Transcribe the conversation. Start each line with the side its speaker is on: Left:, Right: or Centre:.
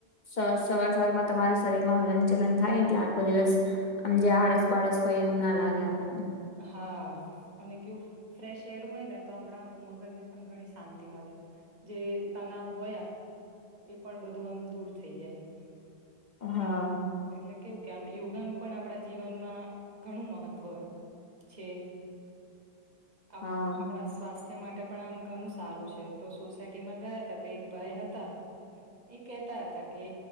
Left: સસ સવાર સવારમાં તમારા શરીરમાં હલન ચલન થાયને એટલે આખો દિવસ આમ જે આળસ બાળસ હોય એવું ના લાગે આપણને.
Right: હા અને કેવું ફ્રેશ એર હોય ને તો આપણા મગજને પણ ઘણી શાંતિ મળે જે તનાવ હોયા એ પણ બધું આમ દૂર થઈ જાય.
Left: હા.
Right: એટલે કેવું કે આમ યોગાનું પણ આપણા જીવનમાં ઘણું મહત્વ છે. આપ
Left: હા
Right: આપણા સ્વાસ્થ્ય તે માટે પણ આમ ઘણું સારું છે તો સોસાયટીમાં ગયા હતા તો એક ભાઈ હતા એ કેહેતા હતા કે